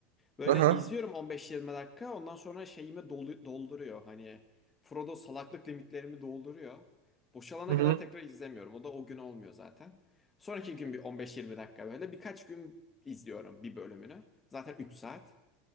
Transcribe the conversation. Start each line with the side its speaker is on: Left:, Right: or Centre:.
Left: Böyle
Right: Aha.
Left: izliyorum 15-20 dakika. Ondan sonra şeyimi dolu- dolduruyor. Hani Frodo salaklık limitlerimi dolduruyor. Boşalana
Right: Hı hı.
Left: kadar tekrar izlemiyorum. O da o gün olmuyor zaten. Sonraki gün bir 15-20 dakika böyle. Birkaç gün izliyorum bir bölümünü. Zaten 3 saat.